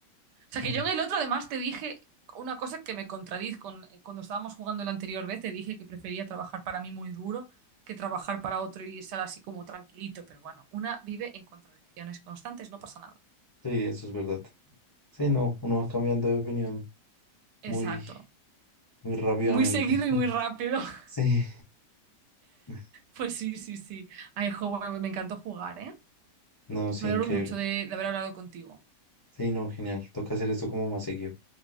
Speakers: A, on the right; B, on the left.
A: sea,
B: Ujú.
A: que yo en el otro además te dije una cosa que me contradiz con, eh, cuando estábamos jugando la anterior vez, te dije que prefería trabajar para mí muy duro que trabajar para otro y estar así como tranquilito, pero bueno, una vive en contradicciones constantes, no pasa nada. no
B: Sí, eso es verdad. Sí, no, uno va
A: Pasa.
B: cambiando de opinión
A: Exacto.
B: muy, muy rápidamente.
A: Muy seguido y
B: <laughs>
A: muy rápido. <laughs>
B: Sí, <laughs>
A: Pues sí, sí, sí. Ay, jo, bueno, me encantó jugar, ¿eh?
B: no, sí,
A: Me
B: increíble.
A: alegro mucho de, de haber hablado contigo.
B: Sí, no, genial. Toca hacer esto como más seguido.